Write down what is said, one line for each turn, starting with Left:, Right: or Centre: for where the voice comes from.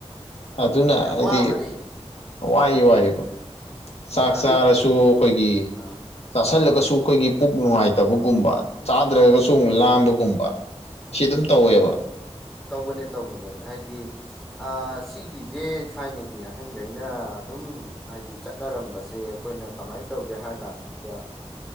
Left: ꯑꯗꯨꯅ
Centre: ꯎꯝ ꯌꯥꯝ
Left: ꯍꯥꯏꯗꯤ
Centre: ꯋꯥꯕꯅꯦ ꯎꯝ
Left: ꯋꯥꯏ ꯋꯥꯏꯕ ꯆꯥꯛ
Centre: ꯎꯝ ꯑꯗꯨꯗꯨꯅ
Left: ꯆꯥꯔꯁꯨ ꯑꯩꯈꯣꯏꯒꯤ
Centre: ꯑꯥ
Left: ꯆꯥꯁꯜꯂꯒꯁꯨ
Centre: ꯑꯥ
Left: ꯑꯩꯈꯣꯏꯒꯤ ꯄꯨꯛ ꯅꯨꯡꯉꯥꯏꯇꯕꯒꯨꯝꯕ ꯆꯥꯗ꯭ꯔꯒꯁꯨ
Centre: ꯎꯝ
Left: ꯂꯥꯥꯝꯕꯒꯨꯝ
Centre: ꯎꯝ
Left: ꯁꯤ ꯑꯗꯨꯝ ꯇꯧꯋꯦꯕ
Centre: ꯇꯧꯕꯅꯦ ꯇꯧꯕꯅꯦ ꯍꯥꯏꯗꯤ ꯑ ꯁꯤꯒꯤꯁꯦ ꯊꯥꯏꯅꯒꯤ ꯑꯍꯟꯒꯩꯅ ꯑꯗꯨꯝ ꯍꯥꯏꯗꯤ ꯆꯠꯅꯔꯝꯕꯁꯦ ꯑꯩꯈꯣꯏꯅ ꯀꯃꯥꯏꯅ ꯇꯧꯒꯦ ꯍꯥꯏꯔ ꯀꯥꯟꯁꯤꯗ